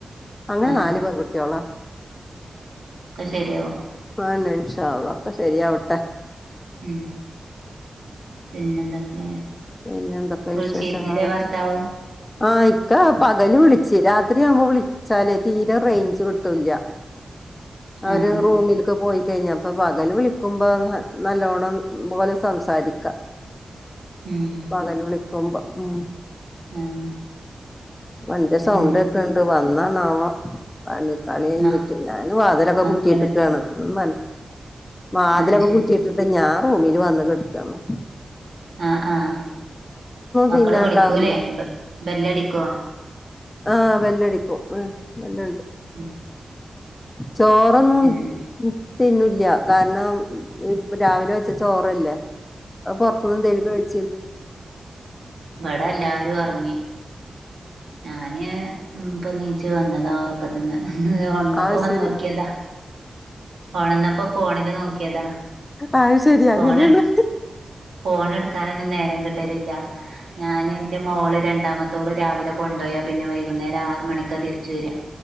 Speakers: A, on the left (about 20°); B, on the right (about 85°).
A: അങ്ങനെ
B: ആഹ്
A: നാല് പെങ്കുട്ട്യോളാ
B: ഒക്കെ ശെരിയാവും
A: അതെന്നെ ഇൻഷാ അള്ളാ ഒക്കെ ശെരിയാവട്ടെ
B: ഉം പിന്നെന്തൊക്കെ?
A: പിന്നെന്തൊക്കെ
B: വിളിച്ചിരുന്നില്ലേ
A: വിശേഷങ്ങളാണ്
B: ഭർത്താവ്
A: ആ ഇ ഇക്കാ പകല് വിളിച്ച് രാത്രിയാവുമ്പൊ വിളിച്ചാലേ തീരെ റേഞ്ച് കിട്ടുല്ല്യ അവര്
B: ആഹ്
A: റൂമില്ക്ക് പോയി കഴിഞ്ഞപ്പ പകല് വിളിക്കുമ്പൊ നല്ലോണം പോലെ സംസാരിക്കാ
B: ഉം
A: പകല് വിളിക്കുമ്പൊ ഉം
B: ആഹ്
A: വണ്ടി
B: പിന്നെ
A: സൗണ്ടേക്ക്ണ്ട് വന്നണാവോ പണി പണികയിഞ്ഞിട്ട്
B: മ
A: ഞാന് വാതലൊക്കെ
B: മക്കള്
A: കുറ്റിയിട്ട്ക്കാണ് <unintelligible> വാതിലൊക്കെ
B: ആഹ് ശരി
A: കുറ്റിയിട്ടിട്ട് ഞാൻ റൂമില് വന്ന് കെട്ക്കാണ്
B: ആഹ് ആഹ് മക്കള്
A: തിന്നാണ്ടാവില്ല
B: വിളിക്കൂലേ ഇനിപ്പം ബെല്ലടിക്കോ
A: ആഹ് ബെല്ലടിക്കും ഉം ബെല്ലുണ്ട്
B: ഉം
A: ചോറൊന്നും
B: പിന്നെ
A: <unintelligible> തിന്നൂല്ല കാരണം ഇപ് രാവിലെ വെച്ച ചോറല്ലേ അത് പൊറത്തുന്നെന്തെലും കഴിച്ചി
B: ഇബടെല്ലാരും ഒറങ്ങി ഞാന് ഉം ഇപ്പെണീറ്റ് വന്നതാ ഒറക്കത്ത്ന്ന് വന്നപ്പോ
A: ആഹ്
B: വന്നോക്കിയതാ
A: ശരി
B: ഒണന്നപ്പോ ഫോണില് നോക്കിയതാ
A: അത് ശരി
B: ഫോണെട്
A: അങ്ങനെയാണ്
B: ഫോണെടുക്കാന് നും നേരം കിട്ടലില്ല ഞാന് ഇന്റെ മോള് രണ്ടാമത്തോള് രാവിലെ കൊണ്ടോയാ പിന്നെ വൈകുന്നേരം ആറ്മണിക്കാ തിരിച്ച് വെരാ